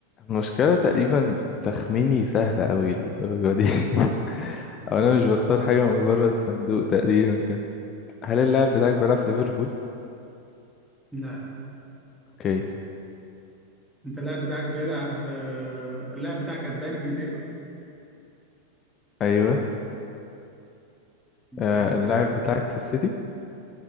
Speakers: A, on the left (about 30°); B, in the centre.
A: المشكلة تقريبا تخميني سهلة قوي للدرجة دي <laughs> او انا مش بختار حاجة من بره الصندوق تقريبا كده هل اللاعب بتاعك بيلعب في ليفربول
B: لا
A: اوكي
B: انت اللاعب بتاعك بيلعب آه، اللاعب بتاعك اسباني جنسيته
A: ايوه
B: بتحب
A: آه
B: انت
A: اللاعب
B: اللعيبه
A: بتاعك في السيتي